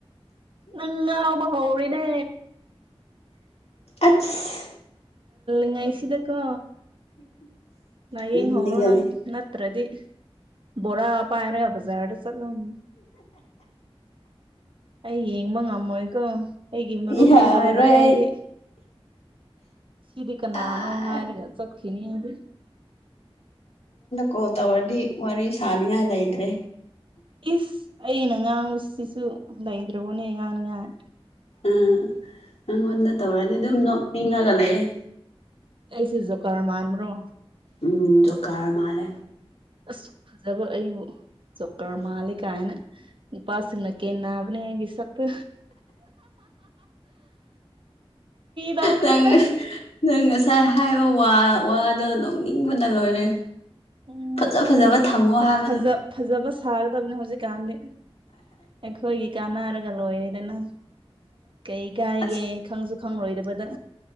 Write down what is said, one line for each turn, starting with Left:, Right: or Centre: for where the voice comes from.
Right: ꯅꯪꯉꯧꯕ ꯍꯧꯅꯦ
Left: ꯑꯁ
Right: ꯉꯥꯏꯁꯤꯗꯀꯣ ꯂꯌꯦꯡꯍꯧꯔꯣ
Left: ꯅꯤꯡꯒꯅꯤ
Right: ꯅꯪ ꯅꯠꯇ꯭ꯔꯗꯤ ꯕꯣꯔꯥ ꯄꯥꯏꯔꯒ ꯕꯖꯥꯔꯗ ꯆꯠꯂꯝ ꯑꯩ ꯌꯦꯡꯕ ꯉꯝꯃꯣꯏꯀꯣ ꯑꯩꯒꯤ ꯃꯔꯨꯞꯅꯤ
Left: ꯌꯥꯔꯔꯣꯏ
Right: ꯍꯥꯏꯔꯣꯏ
Left: ꯑꯩ
Right: ꯑꯩꯗꯤ ꯁꯤꯗꯤ ꯀꯅꯥꯅꯣ
Left: ꯑꯥ
Right: ꯍꯥꯏꯔꯒ ꯆꯈꯤꯅꯤ ꯍꯥꯏꯗꯤ
Left: ꯀꯣ ꯇꯧꯔꯗꯤ ꯋꯥꯔꯤ ꯁꯥꯅꯤꯡꯉꯥꯏ ꯂꯩꯇ꯭ꯔꯦ
Right: ꯏꯁ ꯑꯩꯅ ꯉꯥꯡꯕꯁꯤꯁꯨ ꯂꯩꯗ꯭ꯔꯕꯣꯅꯦ ꯉꯥꯡꯅꯤꯉꯥꯏ
Left: ꯎꯝ ꯅꯉꯣꯟꯗ ꯇꯧꯔꯗꯤ ꯑꯗꯨꯝ ꯅꯣꯛꯅꯤꯡꯉꯒ ꯂꯩꯑꯦ
Right: ꯁꯤꯁꯨ ꯀꯥꯔ ꯃꯥꯥꯟꯕ꯭ꯔꯣ
Left: ꯎꯝ ꯖꯣꯀꯥꯔ ꯃꯥꯂꯦ
Right: ꯑꯁ ꯐꯖꯕ ꯑꯩꯕꯨ ꯆꯀ꯭ꯔ ꯃꯥꯜꯂꯤ ꯀꯥꯏꯅ ꯅꯨꯄꯥꯁꯤꯡꯅ ꯀꯦ ꯅꯦ ꯍꯥꯏ ꯁꯄ ꯇꯧꯕꯅꯦꯗ
Left: ꯅꯪ ꯅꯪ ꯉꯁꯥꯏ ꯍꯥꯏꯕ ꯋꯥꯗꯣ ꯅꯣꯛꯅꯤꯡꯕꯗ ꯂꯣꯏꯔꯦ
Right: ꯎꯝ
Left: ꯐꯖ ꯐꯖꯕ ꯊꯝꯃꯣ ꯍꯥꯏꯕꯗꯣ
Right: ꯐꯖ ꯐꯖꯕ ꯁꯥꯒꯗꯕꯅꯦ ꯍꯧꯖꯤꯛꯀꯥꯟꯗꯤ ꯑꯩꯈꯣꯏꯒꯤ ꯀꯥꯟꯅꯔꯒ ꯂꯣꯏꯔꯦꯗꯅ ꯀꯩ ꯀꯥꯏꯒꯦ
Left: ꯑꯁ
Right: ꯈꯪꯁꯨ ꯈꯪꯂꯣꯏꯗꯔꯕꯗ